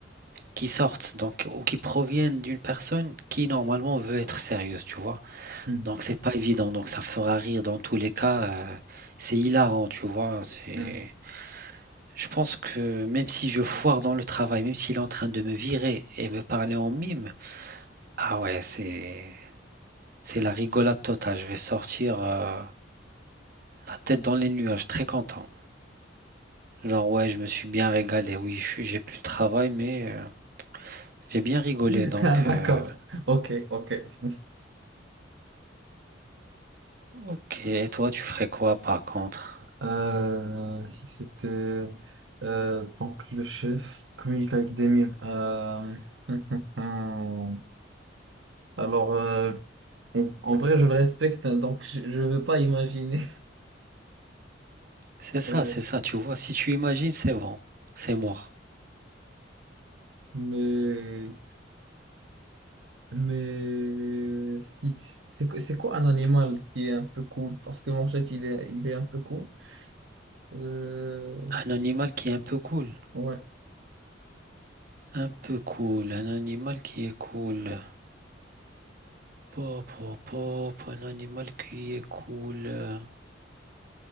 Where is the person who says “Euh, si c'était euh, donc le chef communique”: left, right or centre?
Right